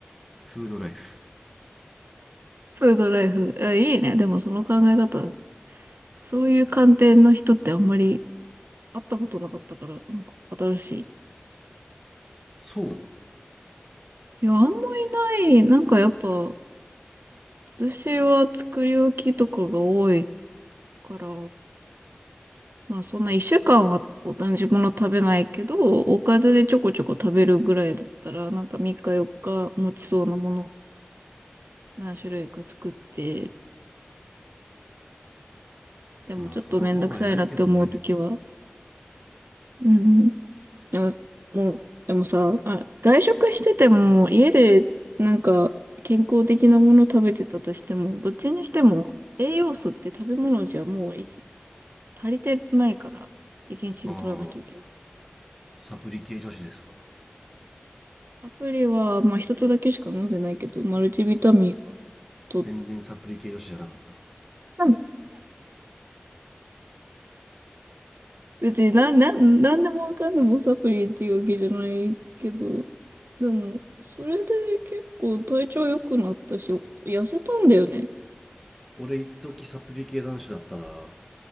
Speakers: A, in the centre; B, on the right.
A: フードライフ
B: フードライフ。あ、いいね。でもその考え方、そういう観点の人ってあんまり会ったことなかったから、なんか新しい。
A: そう
B: いや、あんまいない。なんかやっぱ、ん私は作り置きとかが多いから、まあそんな一週間は同じもの食べないけど、おかずでちょこちょこ食べるぐらいだったら、なんか3日4日持ちそうなもの何種類か作って、でもちょっとめんどくさいなって思うときは、
A: まあその方が偉いけどね
B: うん。でも、もう、でもさ、あ、外食してても家でなんか健康的なもの食べてたとしても、どっちにしても栄養素って食べ物じゃもういち足りてないから、一日に取らなきゃいけない。
A: ああサプリ系女子ですか
B: アプリは、まあ一つだけしか飲んでないけど、マルチビタミンは取っ
A: 全然サプリ系女子じゃなかった
B: た。<laughs> 別になん、なん、なんでもわかんでもサプリっていうわけじゃないけど、でも、それで結構体調良くなったし、痩せたんだよね。
A: 俺一時サプリ系男子だったな